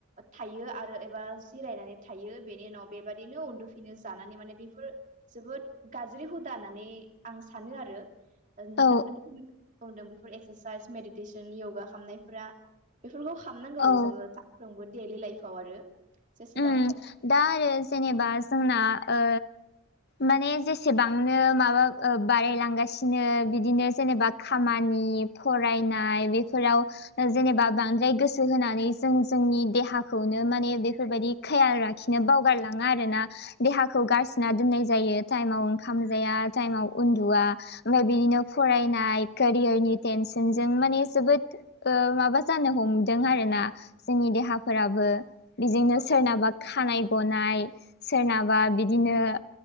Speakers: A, on the right (about 35°); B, on the left (about 50°).
A: थायो आरो एबा जिरायनानै थायो बेनि उनाव बेबायादिनो उन्दुफिनो जानानै माने बेफोर जोबोद गाज्रि हुदा होननानै आं सानो आरो नोंथां
B: औ
A: बुंदों बेफोर एक्सारसाइस मेडिटेसन यगा खालामामनायफोरा बेफोरखौ खालामनांगौ
B: औ
A: जोङो सानफ्रोमबो डेलि लाइफव आरो जेसेबां
B: उम
A: हा
B: दा आरो जेनेबा जोंना ओ माने जेसेबांनो माबा ओ बारायलांगासिनो बिदिनो जेनेबा खामानि फरायनाय बेफोराव जेनेबा बांद्राय गोसो होनानै जों जोंनि देहाखौनो माने बे बेफोरबायदि खयाल लाखिनो बावगारलाङा आरोना देहाखौ गारसोना दोननाय जायो टाइमाव ओंखाम जाया टाइमाव उन्दुवआ ओमफफ्राय बिदिनो फरायनाय केरियारनि टेनसनजों माने जोबोद ओ माबा जानो हमदों आरोना जोंनि देहाफोराबो बेजोंनो
A: हायो
B: सोरनाबा खानाय गनाय सोरनाबा बिदिनो